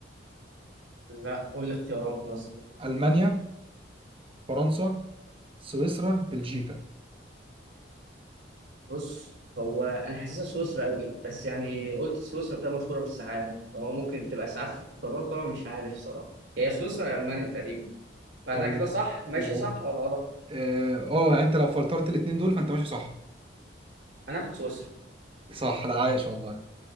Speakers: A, on the right (about 75°); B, on the right (about 30°).
A: لا قول لي اختيارات مثلا
B: ألمانيا فرنسا سويسرا بلجيكا
A: بص هو انا حاسسها سويسرا قوي بس يعني قلت سويسرا بتبقى مشهورة بالساعات هو ممكن تبقى ساعات في القطارات طبعا مش عارف صراحة هي سويسرا يا المانيا تقريبا فانا
B: طيب
A: كده صح ماشي
B: لو
A: صح ولا غلط
B: اه آه، يعني انت لو فلترت الاتنين دول فانت ماشي صح
A: هناخد سويسرا
B: صح لا عايش والله